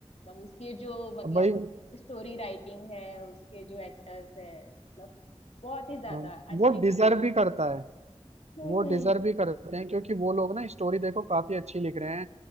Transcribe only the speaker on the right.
अब भाई अ,
वो
डिजर्व भी करता है
वो
डिजर्व भी करते हैं क्योंकि वो लोग ना स्टोरी देखो काफी अच्छी लिख रहे हैं